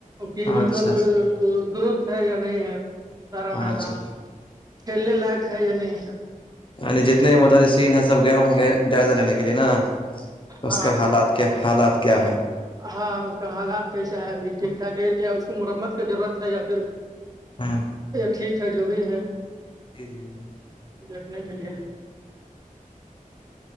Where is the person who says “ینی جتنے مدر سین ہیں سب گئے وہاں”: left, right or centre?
Left